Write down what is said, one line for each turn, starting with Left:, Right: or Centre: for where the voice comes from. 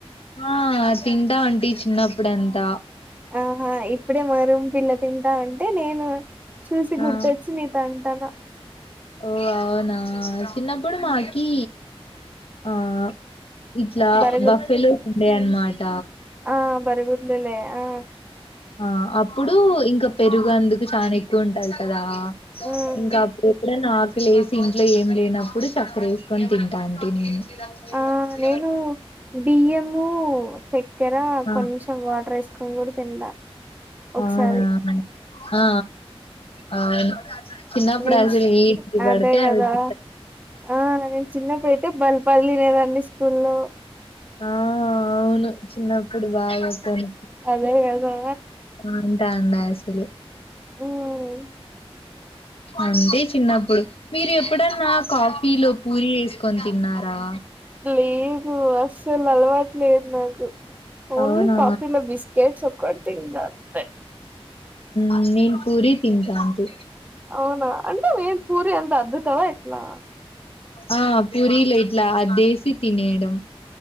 Left: ఆ తింటా అంటీ చిన్నప్పుడుంతా
Right: ఆహా ఇప్పుడే మా రూమ్ పిల్ల తింటా అంటే నేను చూసి గుర్తొచ్చి
Left: ఆ
Right: నీతో అంటానా
Left: ఓ అవునా చిన్నప్పుడు మాకి ఆ ఇట్లా
Right: బరగుడ్
Left: బఫేలో ఉండేయ అన్నమాట
Right: ఆ బరగులలే ఆ
Left: ఆ అప్పుడు ఇంకా పెరుగు అందుకు చానా ఎక్కువ ఉంటది కదా
Right: మ్మ్
Left: ఇంకా నాకు ఆకలేసి ఇంట్లో ఏం లేనప్పుడు చక్కర వేసుకొని తింటా ఉంటిని <unintelligible>
Right: ఆ నేను బియ్యము చక్కెర
Left: ఆ
Right: కొంచెం వాటర్ వేసుకొని కూడా తింటా ఒకసారి
Left: అవునా ఆ అవును చిన్నప్పుడు
Right: నేచ్
Left: అసలు ఏంటి పడితే
Right: అదే కదా
Left: అవి తింటా.
Right: ఆ నేను చిన్నప్పుడు అయితే బల్ పళ్లి తినేదాన్ని స్కూల్ల్లో
Left: ఆ అవును చిన్నప్పుడు బాగా కను
Right: అదే కదా
Left: అంటా అండి అసలు
Right: మ్మ్
Left: అంతే చిన్నప్పుడు మీరు ఎప్పుడన్నా కాఫీలో పూరీ వే కొని తిన్నారా
Right: లేదు అస్సలు అలవాటు లేదు నాకు ఓన్లీ
Left: అవునా
Right: కాఫీలో బిస్కెట్స్ ఒక తింద అంతే
Left: ఉ నేను పూరి తింటాంటి
Right: అవునా అంటే మేం పూరి అంత అద్భుతమ ఎట్లా
Left: ఆ పూరీలు ఇట్లా అద్దేసి తినేయడం